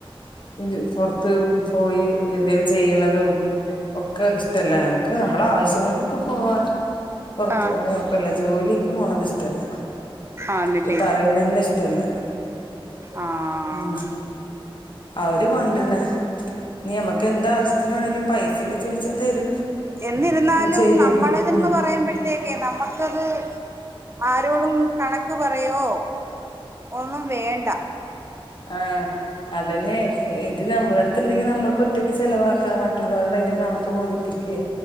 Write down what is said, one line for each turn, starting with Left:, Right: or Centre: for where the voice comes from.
Left: ജ് പുറത്ത് പോയി എന്തേലും ചെയ്യണതും ഒക്കെ ഇഷ് തല്ലേ നമുക്ക് നമ്മളെ ആവശ്യങ്ങൾക്കൊക്കെ പോവാ പുറത്തു
Right: ആഹ്
Left: പോണ കുഴപ്പല്ല ജോലിക്ക് പോണത് ഇഷ്ടല്ല
Right: ആന്നില്ലേ
Left: അത് പറയുന്നന്നെ ഇഷ്ടല്ല
Right: ആഹ്
Left: ഉം അവര് കൊണ്ട് ര്ണ് ഞ്ഞി നമ്മക്ക് എന്താാവശ്യം ത്തിനാണേലും പൈസൊക്കെ ചോദിച്ചാ തരും
Right: എന്നിരുന്നാലും
Left: ചെയ്തരും
Right: നമ്മടെ <unintelligible>
Left: ഉം
Right: പറയുമ്പോഴത്തേക്കെ നമുക്കത് ആരോടും കണക്ക് പറയോ ഒന്നും വേണ്ട
Left: ആ അതെന്നെ ഏത് നമ്മുടെ അടുത്തുണ്ടെങ്കി നമ്മക്ക് ഒറ്റക്ക് ചെലവാക്കാ മറ്റുള്ളവരോട് അതിന്റെ കണക്ക് ബോധിപ്പിക്കേ